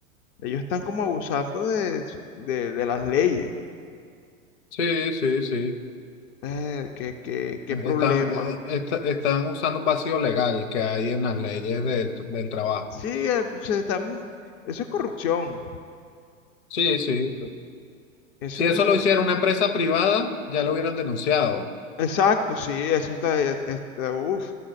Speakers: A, on the left (about 30°); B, on the left (about 55°).
A: ellos están como abusando de, de- de las leyes.
B: Sí, sí, sí.
A: Eh, qué, qué- qué problema.
B: Están, eh, est- están usando un vacío legal que hay en las leyes del, del trabajo.
A: Sí, eh, se están, eso es corrupción.
B: Sí, sí.
A: Eso
B: Si eso
A: es una... lo-
B: lo hiciera una empresa privada, ya lo hubieran denunciado.
A: Exacto, sí, eso está, eh, está uff,